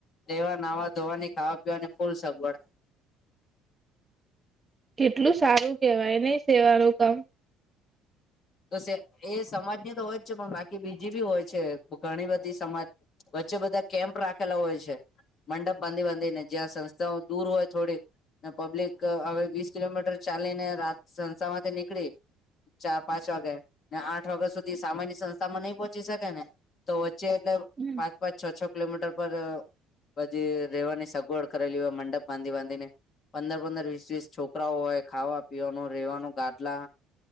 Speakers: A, on the left; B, on the right.
A: રેવા નાવા ધોવાની ખાવા પીવાની ફૂલ સગવડ
B: કેટલું સારું કેવાય નહી સેવાનું કામ
A: તો એ સમાજની તો હોય જ છે પણ બાકી બીજી બી હોય છે ઘણી બધી સમાજ વચ્ચે બધા કેમ્પ રાખેલા હોય છે. મંડપ બાંધી બાંધીને જ્યાં સંસ્થાઓ દૂર હોય થોડી ને પબ્લિક હવે વીસ કિલોમીટર ચાલી ને રાત સંસામાંથી નીકળી ચાર પાંચ વાગે ને આઠ વાગ્યા સુધી સામાન્ય સંસ્થામાં નઈ પહોંચી શકે ને તો વચ્ચે એટલે
B: હમ
A: પાંચ પાંચ છ છ કિલોમીટર પર અ પછી રહેવાની સગવડ કરેલી હોય મંડપ બાંધી બાંધી ને પંદર પંદર વીસ વીસ છોકરાઓ હોય ખાવા પીવાનું રહેેવાનું ગાદલા